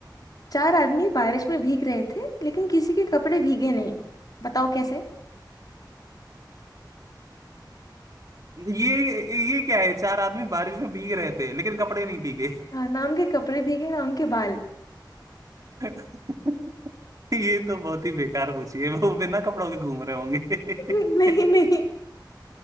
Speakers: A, on the left (about 55°); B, on the right (about 50°).
A: चार आदमी बारिश में भीग रहे थे लेकिन किसी के कपड़े भीगे नहीं बताओ कैसे
B: ये ये क्या है चार आदमी बारिश में भीग रहे थे लेकिन कपड़े नहीं भीगे
A: हाँ, ना उनके कपड़े भीगे ना उनके बाल
B: <laughs> ये तो बहुत ही बेकार पूछी है वो बिना कपड़ों के घूम रहे होंगे
A: <laughs> नहीं नहीं
B: <laughs>